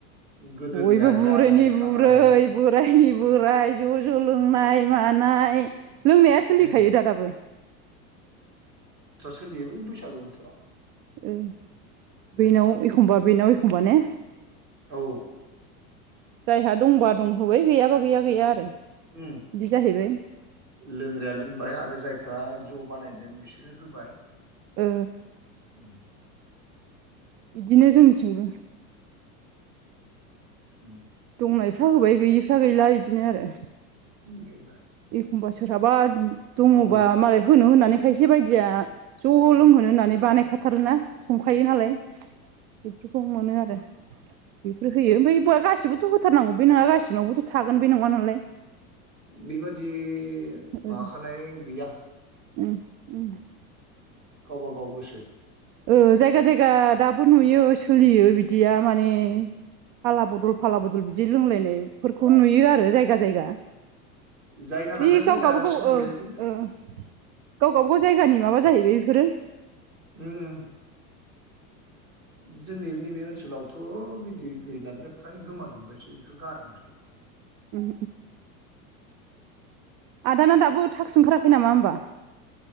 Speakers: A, on the right; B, on the right.
A: गोदोनिया
B: बयबो बुरैनि
A: जाद्रायथारामोन
B: बुरै बोरायनि बोराय ज' ज' लोंनाय मानाय लोंनाया सोलिखायो
A: उम
B: दा दाबो
A: सोलियोलै बे बैसागो बोथोराव
B: उम
A: जायो
B: बेनाव एखमबा बेनाव एखमबा ने
A: औ
B: जायहा दंबा दं होबाय गैयाबा गैया गैया आरो
A: उम
B: बिदि जाहैबाय
A: लोंग्राया लोंबाय आरो जाय फ्रा जौ बानायदों बिसोरो होबाय।
B: ओ
A: उम
B: बिदिनो जोंनिथिंबो
A: उम
B: दंनायफ्रा
A: दा
B: होबाय गैयिफ्रा गैला बिदिनो आरो
A: <inaudible>
B: होमबा सोरहाबा दङबा
A: औ
B: मालाय होनो होननानै खायसे बायदिया ज' लोंहोनो होननानै बानायखाथारोना संखायो नालाय। बेफोरखौ मोनो आरो। बेफोर होयो ओमफ्राय गासिबोथ' होथारनांगौ बे नङा गासिनावबोथ' थागोन बे नङा नालाय।
A: बेबादि
B: ओ
A: माखानाय गैया
B: उम उम
A: गावबा गाव गोसो
B: औ जायगा जायगा दाबो नुयो सोलियो बिदिया माने फाला बदल फाला बदल बिदि लोंलायनायफोरखौ नुयो आरो जायगा जायगा।
A: जायगा
B: <unintelligible>
A: लाना
B: ओ ओ
A: जायगा
B: गाव गावबा
A: सोलियो खिन्थु
B: गाव जायगानि माबा जाहैबाय बेफोरो
A: उम जोंनि नैबे ओनसोलावथ' बिदि गैलानोदे फ्राय गोमाजोबबायसै बेखौ गारदोंसै।
B: उम आदाना दाबो थाक्स ओंखाराखै नामा होमबा?